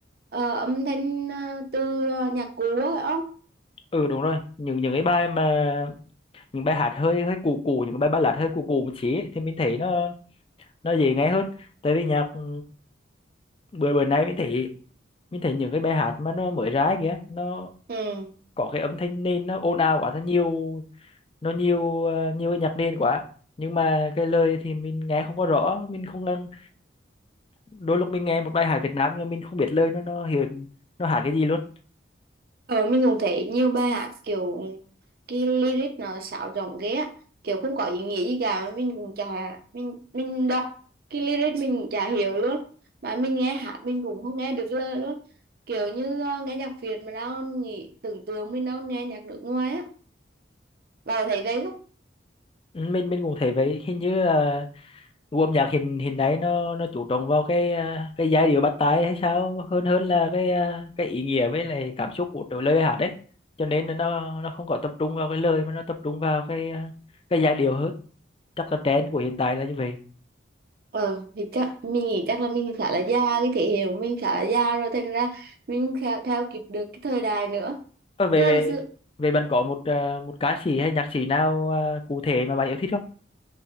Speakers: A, on the right (about 50°); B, on the left (about 30°).
A: ờ, âm thanh ờ, từ ờ, nhạc cũ á, phải không?
B: ừ đúng rồi những những cái bài mà những bài hát hơi hơi cũ cũ những cái bài ballad hơi cũ cũ một xí ấy, thì mình thấy nó nó dễ nghe hơn tại vì nhạc ừ, bữa bữa nay mình thấy mình thấy những cái bài hát mà nó mới ra kìa nó
A: Ừ.
B: có cái âm thanh nền nó ồn ào quá nó nhiều nó nhiều ờ, nhiều cái nhạc nền quá nhưng mà cái lời thì mình nghe không có rõ mình không ngân đôi lúc mình nghe một bài hát Việt Nam nhưng mà mình không biết lời nó nó hiện nó hát cái gì luôn
A: Ờ, mình cũng thấy nhiều bài hát kiểu cái lyric nó sáo rỗng ghê á kiểu không có ý nghĩa gì cả mình cũng chả mình mình đọc cái lyric mình cũng chả hiểu luôn mà mình nghe hát mình cũng không nghe được lời luôn kiểu như ờ, nghe nhạc Việt mà đâu nghĩ tưởng tượng mình đâu nghe nhạc nước ngoài á vào thấy vậy không
B: Ừ, mình mình cũng thấy vậy hình như gu âm nhạc hình hình ấy nó nó chú trọng vào cái à, cái giai điệu bắt tai hay sao hơn hơn là cái à, cái ý nghĩa với lại cảm xúc của trời lời bài hát đấy cho nên là nó nó không có tập trung vào cái lời mà nó tập trung vào cái à, cái giai điệu hơn chắc là trend của hiện tại là như vậy
A: ờ thì chắc mình nghĩ chắc là mình khá là già cái thế hệ của mình khá là già rồi thành ra mình theo, theo kịp được cái thời đại nữa
B: Ờ, về
A: chứ
B: về
A: hồi xưa
B: về bạn có một à, một ca sĩ hay nhạc sĩ nào à, cụ thể mà bạn yêu thích không